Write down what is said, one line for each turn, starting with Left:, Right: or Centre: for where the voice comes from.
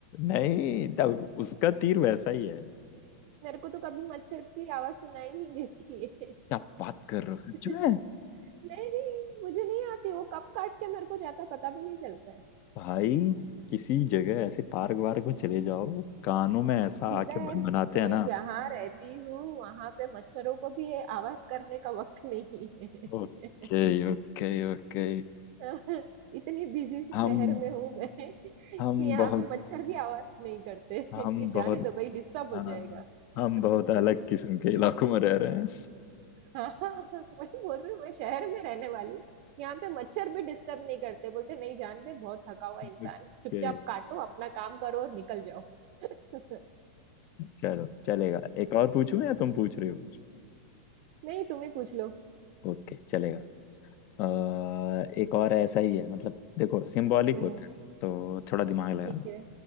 Left: नहीं तब उसका तीर वैसा ही है
Right: मेरे को तो कभी मच्छर की आवाज सुनाई नहीं देती है
Left: क्या बात कर रहे हो सच
Right: <laughs>
Left: में
Right: नहीं मुझे नहीं आती वो कब काट के मेरे को जाता है पता भी नहीं चलता है
Left: भाई किसी जगह ऐसे पार्क वार्क में चले जाओ कानों में ऐसा
Right: इधर
Left: आके बन बनाते
Right: मैं
Left: हैं ना
Right: जहाँ रहती हूँ वहां पे मच्छरों को भी ये आवाज करने का वक्त नहीं है
Left: Okay okay okay
Right: <laughs> इतनी बिजी
Left: हम
Right: शहर में हूँ मैं <laughs> कि
Left: हम
Right: यहाँ
Left: बहुत
Right: पे मच्छर भी आवाज नहीं करते <laughs>
Left: हम
Right: कि
Left: बहुत
Right: जाने दो भाई डिस्टर्ब
Left: हाँ
Right: हो जाएगा
Left: हम बहुत
Right: <laughs>
Left: अलग किस्म के इलाकों में रह रहे हैं
Right: हाँ <laughs> वही बोल रही हूँ मैं शहर में रहने वाली हूँ यहाँ पे मच्छर भी डिस्टर्ब नहीं करते बोलते नहीं जानते बहुत थका हुआ इंसान
Left: ओके
Right: है चुपचाप काटो अपना काम करो और निकल जाओ <laughs>
Left: चलो चलेगा एक और पूछूं या तुम पूछ रहे हो कुछ
Right: नहीं तुम ही पूछ लो
Left: ओके चलेगा अ, एक और ऐसा ही है मतलब देखो सिंबॉलिक
Right: हम्म
Left: होता है तो थोड़ा दिमाग लगाना
Right: ठीक है